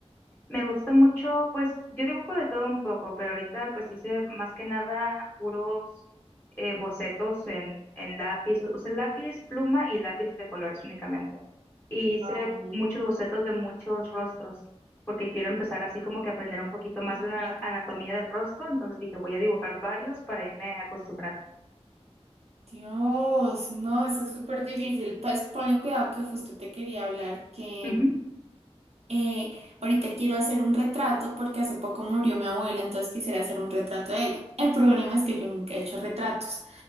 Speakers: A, on the left (about 20°); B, on the right (about 75°).
A: Me gusta mucho, pues yo dibujo de todo un poco, pero ahorita pues hice más que nada puros eh, bocetos en, en lápiz, usé lápiz, pluma y lápiz de colores únicamente. Y hice
B: Ah,
A: muchos bocetos de muchos rostros porque quiero empezar así como que aprender un poquito más
B: retrato.
A: la anatomía del rostro, entonces dije voy a dibujar varios para irme acostumbrando.
B: Dios, no, eso es súper difícil, pues ponle cuidado que justo te quería hablar, que
A: Ujú.
B: eh, ahorita quiero hacer un retrato porque hace poco murió mi abuela, entonces quisiera hacer un retrato de ella. El problema es que yo nunca he hecho retratos.